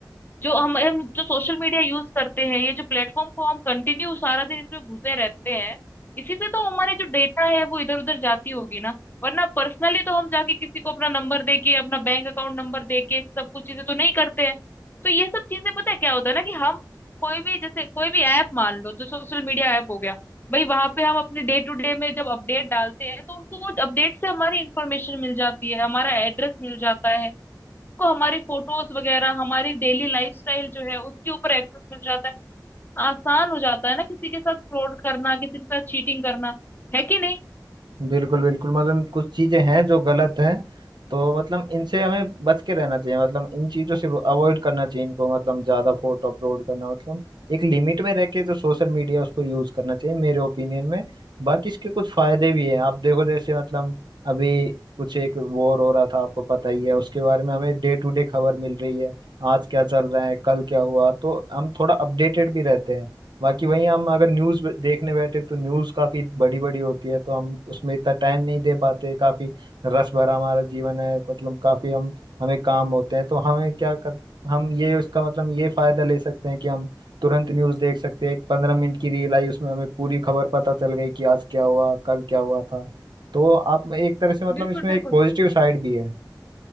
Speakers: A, on the left; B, on the right.
A: जो हम हम जो सोशल मीडिया यूज करते हैं ये जो प्लेटफॉर्म को हम कंटिन्यू सारा दिन इसमें घुसे रहते हैं इसी से तो हमारी जो डेटा है वो इधर उधर जाती होगी ना वरना पर्सनली तो हम जाके किसी को अपना नंबर दे के अपना बैंक अकाउंट नंबर दे के सब कुछ चीजें तो नहीं करते हैं तो ये सब चीजें पता है क्या होता है ना कि हम कोई भी जैसे कोई भी ऐप मान लो जो सोशल मीडिया ऐप हो गया भाई वहां पे हम अपने डे टू डे में जब अपडेट डालते हैं तो उनको वो अपडेट से हमारी इंफॉर्मेशन मिल जाती है हमारा एड्रेस मिल जाता है को हमारी फोटोज वगैरह हमारी डेली लाइफस्टाइल जो है उसके ऊपर एक्सेस मिल जाता है आसान हो जाता है ना किसी के साथ फ्रॉड करना किसी के साथ चीटिंग करना है कि नहीं
B: बिल्कुल बिल्कुल मतलब कुछ चीजें हैं जो गलत हैं तो मतलब इनसे हमें बच के रहना चाहिए मतलब इन चीजों से अवॉइड करना चाहिए इनको मतलब ज्यादा फोटो अपलोड करना मतलब एक लिमिट में रह के जो सोशल मीडिया उसको यूज करना चाहिए मेरे ओपिनियन में बाकी इसके कुछ फायदे भी हैं आप देखो जैसे मतलब अभी कुछ एक वॉर हो रहा था आपको पता ही है उसके बारे में हमें डे टू डे खबर मिल रही है आज क्या चल रहा है कल क्या हुआ तो हम थोड़ा अपडेटेड भी रहते हैं बाकी वहीं हम अगर न्यूज़ देखने बैठे तो न्यूज़ काफ़ी बड़ी बड़ी होती है तो हम उसमें इतना टाइम नहीं दे पाते काफ़ी रस भरा हमारा जीवन है मतलब काफ़ी हम हमें काम होते हैं तो हमें क्या कर हम ये उसका मतलब ये फ़ायदा ले सकते हैं कि हम तुरंत न्यूज़ देख सकते हैं एक पंद्रह मिनट की रील आई उसमें हमें पूरी खबर पता चल गई कि आज क्या हुआ कल क्या हुआ था तो आप एक तरह से मतलब
A: बिल्कुल
B: इसमें
A: बिल्कुल
B: एक पॉजिटिव साइड भी है